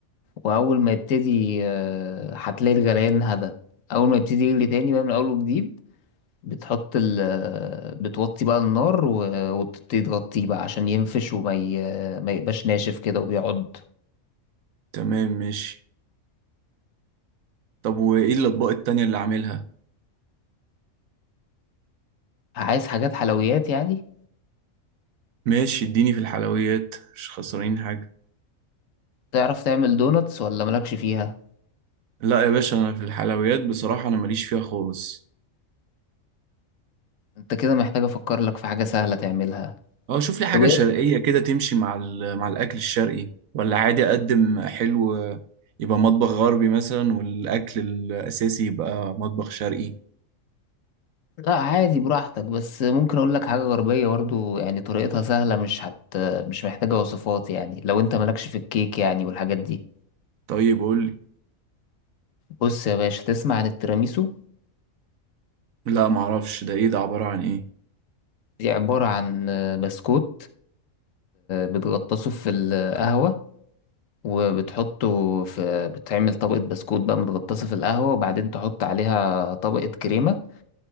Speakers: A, on the left; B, on the right.
A: واول ما يبتدي آه، هتلاقي الغليان هدا اول ما يبتدي يغلي تاني بقى من اول وجديد بتحط ال بتوطي بقى النار و- وتبتدي تغطيه بقى عشان ينفش وما ي... ما يبقاش ناشف كده وبيعض
B: تمام ماشي طب وايه الاطباق التانية اللي عاملها
A: عايز حاجات حلويات يعني
B: ماشي اديني في الحلويات مش خسرانين حاجة
A: تعرف تعمل دوناتس ولا مالكش فيها
B: لا يا باشا انا في الحلويات بصراحة انا ماليش فيها خالص
A: انت كده محتاج افكر لك في حاجة سهلة تعملها
B: اه شوف لي حاجة
A: طب ايه
B: شرقية كده تمشي مع ال- مع الاكل الشرقي ولا عادي اقدم حلو يبقى مطبخ غربي مثلا والاكل الاساسي يبقى مطبخ شرقي
A: لا عادي براحتك بس ممكن اقول لك حاجة غربية برضو يعني طريقتها سهلة مش هت مش محتاجة وصفات يعني لو انت مالكش في الكيك يعني والحاجات دي
B: طيب قول لي
A: بص يا باشا تسمع عن التيراميسو
B: لا معرفش ده ايه ده عبارة عن ايه
A: دي عبارة عن بسكوت بتغطسه في القهوة وبتحطه في بتعمل طبقة بسكوت بقى متغطسة في القهوة وبعدين تحط عليها طبقة كريمة